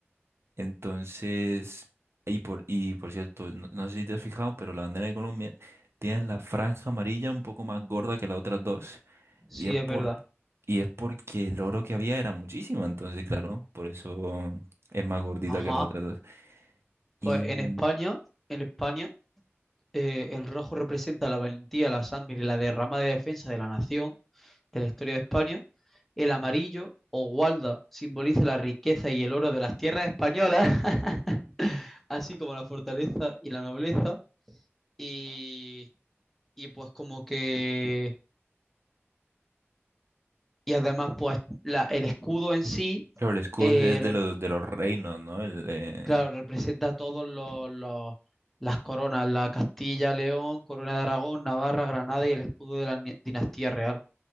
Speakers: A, on the right; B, in the centre.
A: Entonces, y por, y por cierto, no, no sé si te has fijado, pero la bandera de Colombia tiene la franja amarilla un poco más gorda que las otras dos.
B: sí,
A: Y es por,
B: es verdad.
A: y es porque el oro que había era muchísimo. Entonces, claro, por eso es más gordita
B: Ajá.
A: que las otras dos.
B: Pues
A: Y.
B: en España, en España, eh, el rojo representa la valentía, la sangre y la derrama de defensa de la nación, de la historia de España. El amarillo o gualda simboliza la riqueza y el oro de las tierras españolas, <laughs> así como la fortaleza y la nobleza. Y, y pues como que... Y además, pues la- el escudo en sí
A: Claro, el escudo
B: representa
A: es de los de los reinos, ¿no? El, eh,
B: Claro, representa todos los, los- las coronas, la Castilla, León, Corona de Aragón, Navarra, Granada y el escudo de la ni- dinastía real.